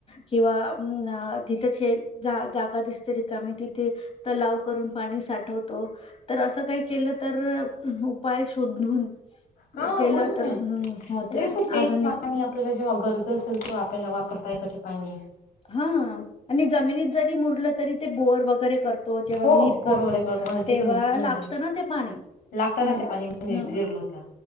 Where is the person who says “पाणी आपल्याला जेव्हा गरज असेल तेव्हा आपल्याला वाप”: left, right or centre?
Left